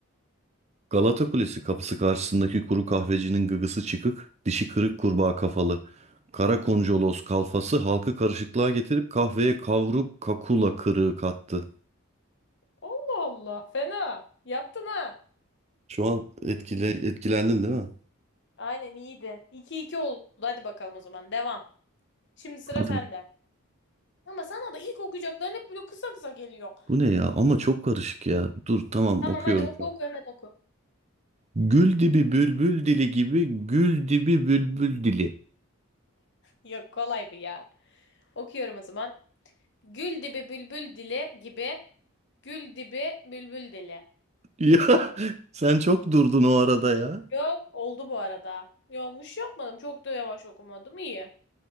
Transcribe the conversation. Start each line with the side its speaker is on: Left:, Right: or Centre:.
Right: Galata Kulesi kapısı karşısındaki kuru kahvecinin gıgısı çıkık, dişi kırık kurbağa kafalı. Kara koncolos kalfası halkı karışıklığa getirip kahveye kavruk kakula kırığı kattı.
Left: Allah Allah. Fena. Yaptın ha.
Right: Şu an etkile, etkilendin değil mi?
Left: Aynen iyiydi. 2 iki oldu. Hadi bakalım o zaman. Devam. Şimdi sıra
Right: Hadi
Left: sende.
Right: bak.
Left: Ama sana da ilk okuyacakların hep böyle kısa kısa geliyor.
Right: Bu ne ya? Ama çok karışık ya. Dur tamam
Left: Tamam
Right: okuyorum
Left: hadi oku
Right: şu an.
Left: oku hemen oku.
Right: Gül dibi bülbül dili gibi gül dibi bülbül dili.
Left: Yok kolay bu ya. Okuyorum o zaman. Gül dibi bülbül dili gibi. Gül dibi bülbül dili.
Right: Ya <laughs> sen çok durdun o arada ya.
Left: Yok oldu bu arada. Yanlış yapmadım. Çok da yavaş okumadım. İyi.